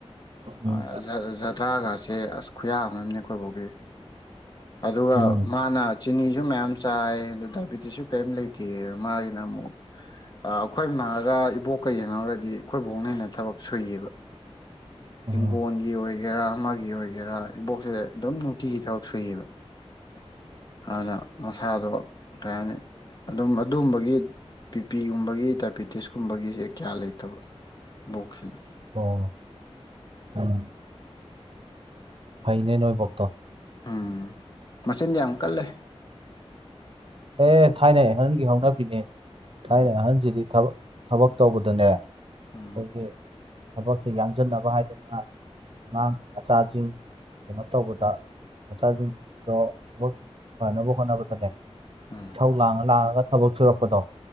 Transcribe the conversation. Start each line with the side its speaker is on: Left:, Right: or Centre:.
Right: ꯎꯝ
Left: ꯑꯥ ꯖꯔ ꯖꯔꯗ꯭ꯔꯥꯒꯁꯦ ꯑꯁ ꯈꯨꯌꯥꯝ ꯑꯝꯅꯦ ꯑꯈꯣꯏ ꯕꯣꯛꯀꯤ ꯑꯗꯨꯒ
Right: ꯎꯝ
Left: ꯃꯥꯅ ꯆꯤꯅꯤꯖꯨ ꯃꯌꯥꯝ ꯆꯥꯏ ꯑꯗꯨ ꯗꯥꯏꯕꯦꯇꯤꯁꯁꯨ ꯀꯩꯝ ꯂꯩꯇꯦꯌꯦ ꯃꯥꯒꯤꯅ ꯑꯃꯨꯛ ꯑꯥ ꯑꯈꯣꯏ ꯃꯥꯒ ꯏꯕꯣꯛꯀ ꯌꯦꯡꯅꯧꯔꯗꯤ ꯑꯈꯣꯏ ꯕꯣꯛꯅ ꯍꯦꯟꯅ ꯊꯕꯛ ꯁꯨꯏꯌꯦꯕ
Right: ꯎꯝ
Left: ꯏꯡꯒꯣꯟꯒꯤ ꯑꯣꯏꯒꯦꯔꯥ ꯑꯃꯒꯤ ꯑꯣꯏꯒꯦꯔꯥ ꯏꯕꯣꯛꯁꯦ ꯑꯗꯨꯝ ꯅꯨꯡꯇꯤꯒꯤ ꯊꯕꯛ ꯁꯨꯏꯌꯦꯕ ꯑꯅ ꯃꯁꯥꯗꯣ ꯀꯩ ꯍꯥꯏꯅꯤ ꯑꯗꯨꯝ ꯑꯗꯨꯝꯕꯒꯤ ꯕꯤ ꯄꯤꯒꯨꯝꯕꯒꯤ ꯗꯥꯏꯄꯦꯇꯤꯁ ꯀꯨꯝꯕꯒꯤꯖꯦ ꯀꯌꯥ ꯂꯩꯇꯕ ꯕꯣꯛꯁꯤꯟ
Right: ꯑꯣ ꯎꯝ ꯐꯩꯅꯦ ꯅꯣꯏ ꯕꯣꯛꯇꯣ
Left: ꯎꯝ ꯃꯆꯤꯟꯗꯤ ꯌꯥꯝ ꯀꯜꯂꯦ
Right: ꯑꯦ ꯊꯥꯏꯅꯩ ꯑꯍꯟꯒꯤ ꯍꯧꯅꯕꯤꯅꯦ ꯊꯥꯏꯅꯩ
Left: ꯎꯝ
Right: ꯑꯍꯟꯖꯤꯗꯤ ꯊꯕꯛ ꯊꯕꯛ ꯇꯧꯕꯗꯅꯦ
Left: ꯎꯝ
Right: ꯈꯣꯏꯒꯤ ꯊꯕꯛꯁꯦ ꯌꯥꯡꯖꯟꯅꯕ ꯍꯥꯏꯗꯅ ꯑꯉꯥꯡ ꯃꯆꯥꯖꯤꯡ ꯀꯩꯅꯣ ꯇꯧꯕꯗ ꯃꯆꯥꯖꯤꯡꯗꯣ ꯊꯕꯛ ꯐꯅꯕ ꯍꯣꯠꯅꯕꯗꯅꯦ
Left: ꯎꯝ
Right: ꯏꯁꯧ ꯂꯥꯡꯉ ꯂꯥꯡꯉꯒ ꯊꯕꯛ ꯁꯨꯔꯛꯄꯗꯣ